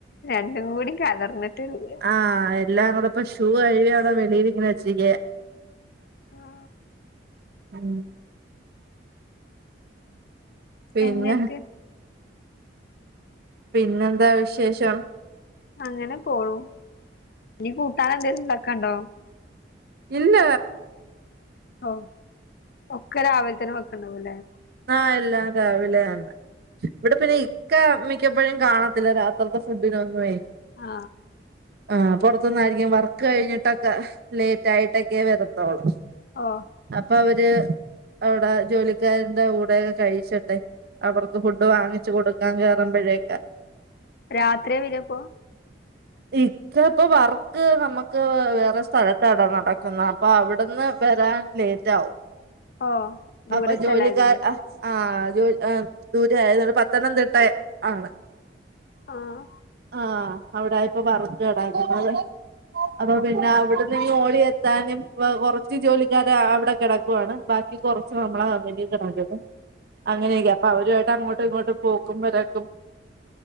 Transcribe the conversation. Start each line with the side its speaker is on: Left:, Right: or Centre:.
Left: രണ്ടും കൂടി കലർന്നിട്ടില്ല
Right: ആഹ് എല്ലാം അങ്ങോടെ ഇപ്പ ഷൂ കഴിയ അവിടെ വെളിയിൽ ഇങ്ങനെ വെച്ചിരിക്ക
Left: ആ
Right: ഉം പിന്നെ
Left: എന്നിട്ട്
Right: പിന്നെന്താ വിശേഷം
Left: അങ്ങനെ പോളും നീ കൂട്ടാൻ എന്തേങ്കിലും ഉണ്ടാക്കണ്ടോ
Right: ഇല്ല
Left: ഓ ഒക്കെ രാവിലെ തന്നെ വെക്കണ്ടാവും അല്ലേ
Right: ആ എല്ലാം രാവിലെ ആക്കും ഇവിടെ പിന്നെ മിക്ക മിക്കപ്പോഴും കാണത്തില്ല രാത്രിത ഫുഡിനൊഒന്നുമേ
Left: ആ
Right: ആ പുറത്തന്നായിരിക്കും വർക്ക് കഴിഞ്ഞിട്ടൊക്കെ ലേറ്റ് ആയിട്ടൊക്കെ വരത്തോളൂ
Left: ഓ
Right: അപ്പൊ അവ <unintelligible> അവിടെ ജോലിക്കാ <unintelligible> കൂടെയൊക്കെ കഴിച്ചട്ടെ അവർക്ക് ഫുഡ് വാങ്ങിച്ച് കൊടു <unintelligible> കയറുമ്പോഴക്കെ
Left: രാത്രി വരും പ്പൊ
Right: ഇക്ക ഇപ്പൊ വർക്ക് നമുക്ക് വേറെ സ്ഥല ത്താട നടക്കുന്ന അപ്പൊ അവിടുന്ന് വരാൻ ലേറ്റ് ആകും
Left: ഓ ദൂര
Right: അപ്പൊ
Left: സ്ഥലായതൊണ്ട്
Right: ജോലിക്കാര്‍ അ ആ <unintelligible> ആ ദൂരെ ആയതുകൊണ്ട് പത്തനംതിട്ട ആണ്
Left: ആഹ്
Right: ആ <unintelligible> ഇപ്പൊ വര്‍ക്ക് നടക്കുന്നത് അപ്പൊ പിന്നെ അവിടുന്ന് ഇങ്ങ് ഓടിയ എത്താനും കൊറച്ച് ജോലിക്കാര അവിടെ കിടക്കുവാണ് ബാക്കി കുറച്ച് നമ്മള കമ്പനി കിടക്കുന്ന് അങ്ങനെയൊക്കെയ
Left: ആഹ്
Right: അപ്പ അവരുമായിട്ട് അങ്ങോട്ട് ഇപ്പൊ ഇങ്ങോട്ട് പോക്കും വരക്കും